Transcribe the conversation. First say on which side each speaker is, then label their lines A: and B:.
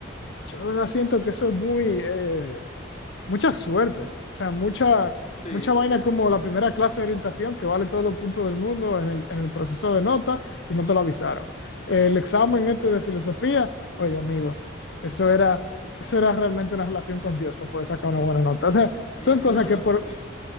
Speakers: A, on the left (about 65°); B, on the left (about 35°).
A: yo de verdad siento que eso es muy, eh, mucha suerte. O sea, mucha,
B: Sí,
A: mucha vaina como la primera clase de orientación que vale todos los puntos del mundo en el, en el proceso de nota y no te lo avisaron. El examen este de filosofía, oye, amigo, eso era, eso era realmente una relación con Dios para poder sacar una buena nota. O sea,
B: <laughs> no,
A: son cosas
B: no,
A: que
B: no,
A: por
B: sí.